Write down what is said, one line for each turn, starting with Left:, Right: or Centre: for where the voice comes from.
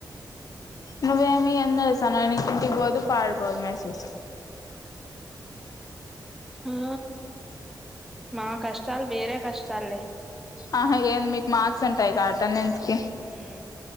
Left: నువ్వేమి ఎందసానున ఇంటికి బోదు పాడబోదు మెస్లు
Centre: ఆ మా కష్టాలు వేరే. కష్టాలే
Left: ఆ ఏన్ మీక్ మార్క్స్ ఉంటా ఈ గా అటెండెన్స్. కి
Centre: మ్మ్